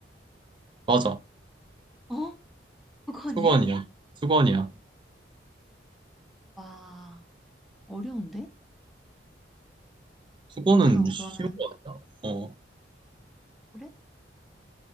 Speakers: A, on the right (about 25°); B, in the centre.
A: 맞아.
B: 어? 수건이야?
A: 수건이야. 수건이야.
B: 와, 어려운데?
A: 수건은
B: 잠깐만,
A: 쉬운
B: 그러면,
A: 거 같다. 어.
B: 그래?